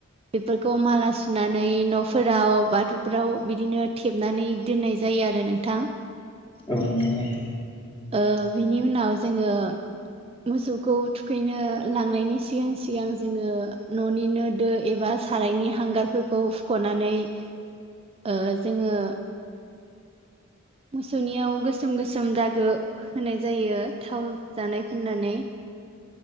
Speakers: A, on the right; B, on the left.
A: बेफोरखौ माला सुनानै न'फोराव बाथौफोराव बिदिनो खेबनानै दोननाय जायो आरो नोंथां
B: औ नोंथां औ
A: ओ बिनि उनाव जोङो मोसौखौ थुखैनो लांनायनि सिगां सिगां जोङो न'निनो दो एबा सारायनि हांगारफोरखौ हुख'नानै ओ जोङो मोसौनियाव गोसोम गोसोम दागो होनाय जायो थाव जानाय फोननानै